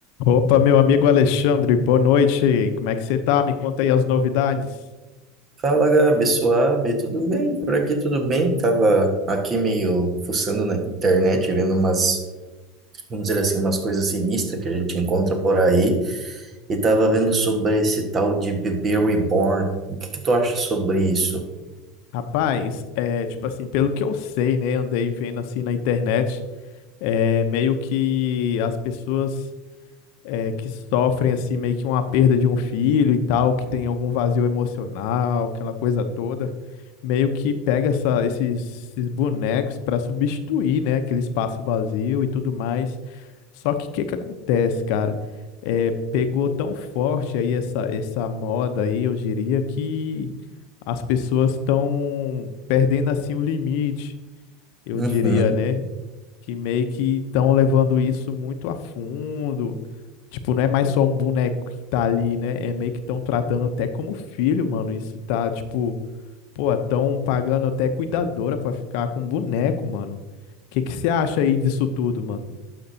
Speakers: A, on the left; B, on the right.
A: Opa, meu amigo Alexandre, boa noite. Como é que você tá? Me conta aí as novidades.
B: Fala, Gabi, suave, tudo bem? Por aqui tudo bem? Tava aqui meio fuçando na internet, vendo umas, vamos dizer assim, umas coisas sinistras que a gente encontra por aí, e tava vendo sobre esse tal de bebê reborn. O que que tu acha sobre isso?
A: Rapaz, é tipo assim, pelo que eu sei, né? Andei vendo assim na internet, é meio que as pessoas é, que sofrem assim meio que uma perda de um filho e tal, que tem algum vazio emocional, aquela coisa toda, meio que pega essa, esses, esses bonecos para substituir, né, aquele espaço vazio e tudo mais. Só que o que que acontece, cara? É, pegou tão forte aí essa, essa moda aí, eu diria que as pessoas estão perdendo assim o limite, eu
B: Uhum.
A: diria, né? Que meio que estão levando isso muito a fundo, Tipo, não é mais só um boneco que tá ali, né? É meio que estão tratando até como filho, mano. Isso tá, tipo, pô, estão pagando até cuidadora pra ficar com boneco, mano. O que que você acha aí disso tudo, mano?